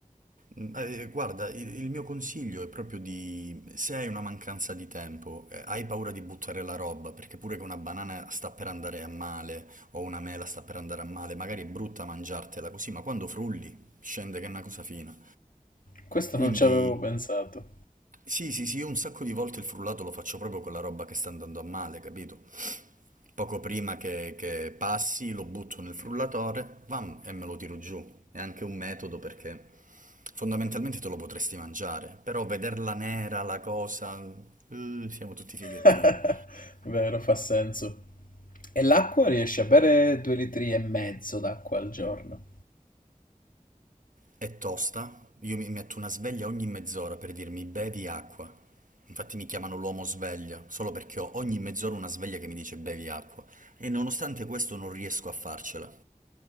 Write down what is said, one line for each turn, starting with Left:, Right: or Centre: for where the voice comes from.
Right: Mm, eh, guarda, il, il mio consiglio è proprio di, se hai una mancanza di tempo, eh, hai paura di buttare la roba, perché pure che una banana sta per andare a male o una mela sta per andare a male, magari è brutta mangiartela così, ma quando frulli scende che è una cosa fina.
Left: Questo
Right: Quindi
Left: non ci avevo pensato.
Right: sì, sì, sì, io un sacco di volte il frullato lo faccio proprio con la roba che sta andando a male, capito? Poco prima che, che passi lo butto nel frullatore, bam, e me lo tiro giù. È anche un metodo perché fondamentalmente te lo potresti mangiare, però vederla nera, la cosa, eh, siamo tutti fighettini.
Left: <laughs> Vero, fa senso. E l'acqua riesci a bere due litri e mezzo d'acqua al giorno.
Right: È tosta, io mi metto una sveglia ogni mezz'ora per dirmi bevi acqua. Infatti mi chiamano l'uomo sveglia, solo perché ho ogni mezz'ora una sveglia che mi dice bevi acqua. E nonostante questo non riesco a farcela.